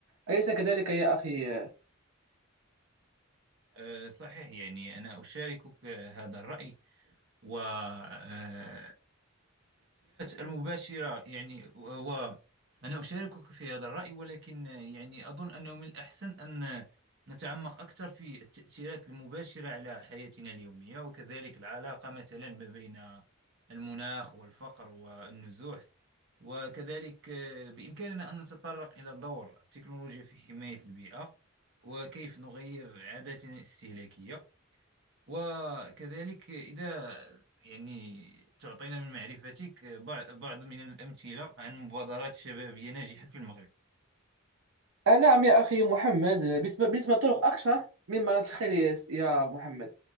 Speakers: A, on the right; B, on the right.
A: أليس كذلك يا أخي
B: آه، صحيح يعني أنا أشاركك آه، هذا الرأي والتأثيرات المباشرة يعني و و- أنا أشاركك في هذا الرأي ولكن آه، يعني أظن أنه من الأحسن أن نتعمق أكثر في التأثيرات المباشرة على حياتنا اليومية وكذلك العلاقة مثلا ما بين المناخ والفقر والنزوح وكذلك آه، بإمكاننا أن نتطرق إلى دور التكنولوجيا في حماية البيئة وكيف نغير عاداتنا الاستهلاكية وكذلك إذا يعني تعطينا من معرفتك بع- بعض من الأمثلة عن مبادرات شبابية ناجحة في المغرب
A: آه نعم يا أخي محمد بالنسبة بالنسبة للطرق أكثر مما نتخيل يا يا محمد